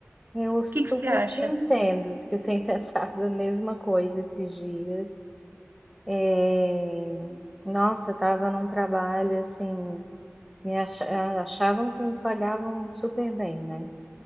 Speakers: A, in the centre; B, on the right.
A: eu super
B: O que que você acha?
A: te entendo, porque eu tenho <laughs> pensado a mesma coisa esses dias. É, Nossa, eu tava num trabalho assim, me acha- achavam que me pagavam super bem, né?